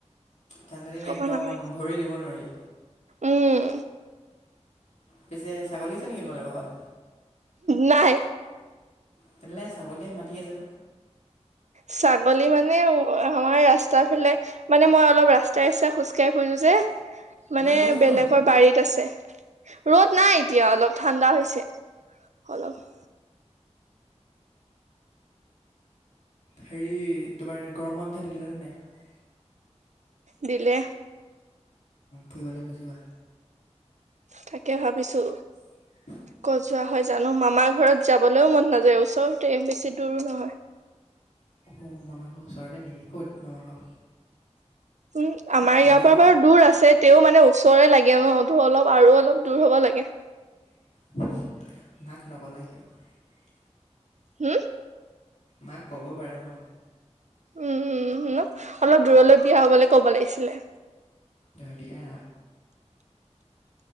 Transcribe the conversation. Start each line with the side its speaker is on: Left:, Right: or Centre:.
Left: ঠাণ্ডা দিন
Right: ক'ব
Left: একদম
Right: নালাগে
Left: ভৰি দিব নোৱাৰি।
Right: উম
Left: পিছে ছাগলী আছে নেকি তোমালাৰৰ ঘ ঘৰত।
Right: নাই
Left: তেনেহলে ছাগলীয়ে মাতি আছে।
Right: ছাগলী মানে আমাৰ ৰাস্তাৰ ফালে মানে মই অলপ ৰাস্তাই ৰাস্তাই খোজকাঢ়ি ফুৰিছো যে
Left: ইমান
Right: মানে
Left: ৰ'দখনত
Right: বেলেগৰ বাৰীত আছে। ৰ'দ নাই এতিয়া অলপ ঠাণ্ডা হৈছে অলপ।
Left: হেৰি তোমাৰ গৰম বন্ধ দি দিলেনে নাই?
Right: দিলে।
Left: ফুৰিবলৈ নিযা
Right: তাকে ভাবিছো।
Left: <inaudible>
Right: কজোৱা হয় জানো মামাৰ ঘৰত যাবলৈও মন নাযায়। ওচৰতে বেছি দূৰো নহয়।
Left: অ মামা ঘৰ ওচৰতে নেকি ক'ত মামা।
Right: উম আমাৰ ইয়াৰ
Left: মানে
Right: পৰা বাৰু দূৰ আছে তেও মানে ওচৰৰে লাগে নতো অলপ আৰু অলপ দূৰ হ'ব লাগে।
Left: <inaudible>
Right: হুম।
Left: মাক ক'ব পাৰা ন।
Right: উম ন অলপ দূৰলৈ বিয়া হবলৈ ক'ব লাগিছিলে।
Left: ধ দিয়া